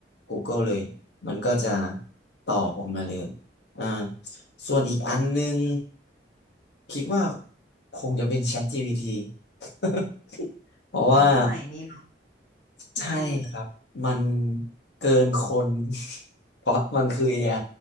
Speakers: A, on the left; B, on the left.
A: Google เลย มันก็จะตอบออกมาเลย อ่าส่วนอีกอันนึงคิดว่าคงจะเป็น ChatGPT <laughs> เพราะว่า
B: อืมสมัยนี้เนาะอืม
A: ใช่ครับมันเกินคน <laughs> เพราะมันคือ AI